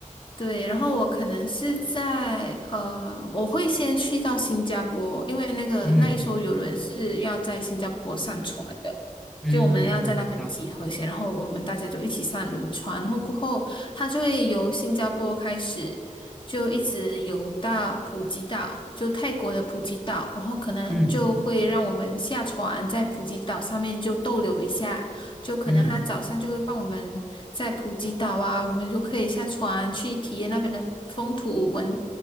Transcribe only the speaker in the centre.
嗯嗯嗯嗯，
好，
嗯
嗯